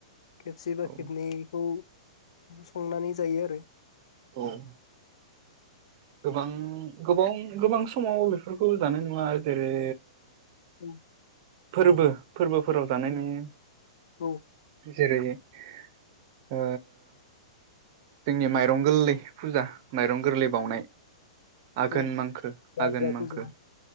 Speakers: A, on the left; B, on the right.
A: खेबसे बा
B: औ
A: खेबनैखौ संनानै जायो आरो
B: उम गोबां गोबां गोबां समाव बेफोरखौ जानाय नुवा जेरै
A: औ
B: फोरबो फोरबोफोराव जानाय नुयो
A: औ
B: जेरै ओ जोंनि माइरं गोरलै फुजा माइरं गोरलै बावनाय आघोन
A: औ
B: मांखो
A: गारजाखौ
B: आघोन मांखो
A: जाया